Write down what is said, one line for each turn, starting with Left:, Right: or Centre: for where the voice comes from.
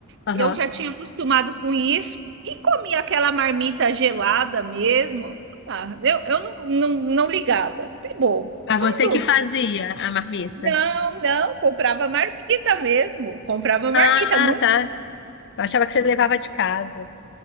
Left: aham.
Right: Eu já tinha acostumado com isso e comia aquela marmita gelada mesmo. Ah, eu eu não, não, não ligava. Que bom.
Left: Mas
Right: Quando?
Left: você que fazia a marmita?
Right: Não, não, comprava marmita mesmo, comprava marmita.
Left: Ah,
Right: Nu-
Left: tá. Eu achava que você levava de casa.